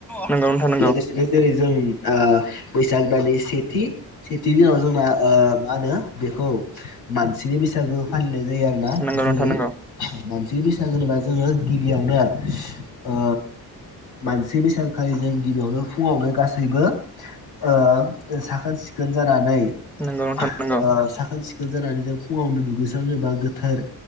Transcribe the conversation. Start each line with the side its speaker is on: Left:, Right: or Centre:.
Centre: नोंगौ नो
Left: लोगोसेनो जेरै जों ओ बैसाग दानि सेथि सेथि दिनाव जोंना ओ मा होनो बेखौ मानसिनि बैसागो फालिनाय जायो आरो ना
Centre: नंगौ
Left: जेरै
Centre: नोंथां नंगौ
Left: मानसिनि बैसागो होनोबा जोङो गिबियावनो ओ मानसि बैसाग खालि जों गिबियावनो फुङावनो गासैबो ओ साखोन सिखोन जानानै
Centre: नंगौ
Left: ओ
Centre: नोंथां नंगौ नोंथां नंगौ
Left: साखोन सिखोन जानानै जों फुङावनो दुगैस्रां जेनबा गोथार